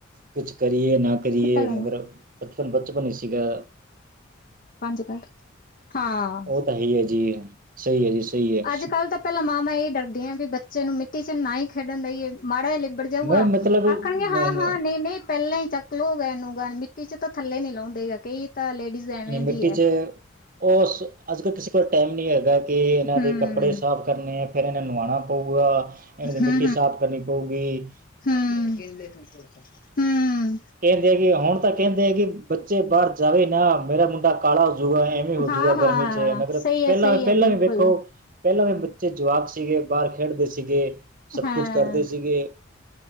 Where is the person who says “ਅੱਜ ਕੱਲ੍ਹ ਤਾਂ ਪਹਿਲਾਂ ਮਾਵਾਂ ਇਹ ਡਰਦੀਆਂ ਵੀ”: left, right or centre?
Left